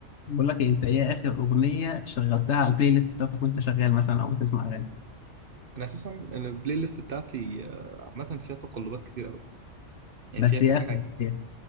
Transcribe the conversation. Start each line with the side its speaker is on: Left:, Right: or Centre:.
Left: بقول لك إيه، انت ايه اخر اغنيه شغلتها على البلاي ليست بتاعتك وانت شغال مثلا او بتسمع اغاني
Right: انا اساسا البلاي ليست بتاعتي آه، عامه فيها تقلبات كتير قوي يعني
Left: بس
Right: فيها كذا
Left: ايه اخر
Right: حاجه
Left: اغنيه